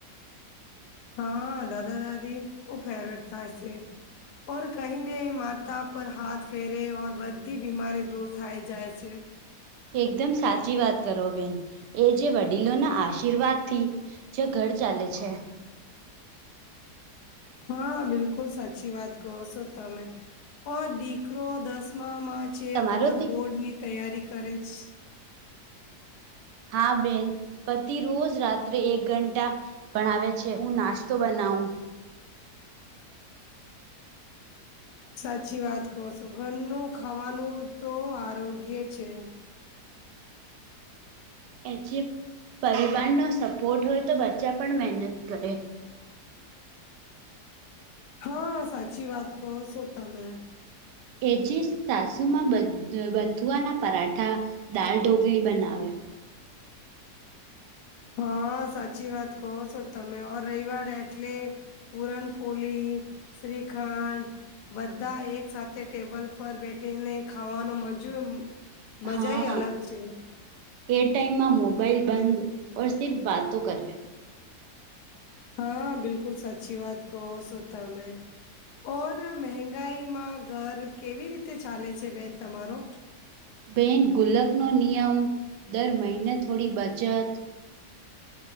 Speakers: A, on the left (about 75°); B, on the right (about 90°).
A: હા દાદા દાદી ખુબ ફેવરેટ થાય સે. ઓર કહીને માતા પર હાથ ફેરે ને બધી બીમારી દૂર થાય જાય છે.
B: એકદમ સાચી વાત કરો બેન એ જે વડીલો ના આશીર્વાદ થી જ ઘર ચાલે છે.
A: હા, બિલકુલ સાચી વાત કહો છો તમે. ઓર દીકરો દસમામાં છે
B: તમારો
A: ઓર
B: દીક
A: બોર્ડ ની તૈયારી કરે છે
B: હા બેન પતિ રોજ રાત્રે એક ઘંટા ભણાવે છે હું નાસ્તો બનાવું
A: સાચી વાત કહો છો ઘરનું ખાવાનું તો આરોગ્ય છે.
B: એ જે પરિવારનો સપોર્ટ હોય તો બચ્ચા પણ મહેનત કરે.
A: હા સાચી વાત કહો છો તમે.
B: એજીસ સાસુમાં બ-બથુઆના પરાઠા દાળ ઢોકલી બનાવે.
A: હા, સાચી વાત કહો છો તમે ઓ રવિવાર એટલે પુરનપોલી, શ્રીખંડ બધા એક સાથે ટેબલ પર બેઠીને ખાવાનો મજુ મજાઈ
B: હા
A: અલગ છે.
B: એ ટાઈમમાં મોબાઈલ બંધ ઓર સિર્ફ વાતો કરે.
A: હા, બિકુલ સાચી વાત કહો સો તમે. ઓર મહેંગાઈમાં ઘર કેવી રીતે ચાલે છે બેન તમારો?
B: બેન ગુલકનો નિયમ દર મહિને થોડી બચત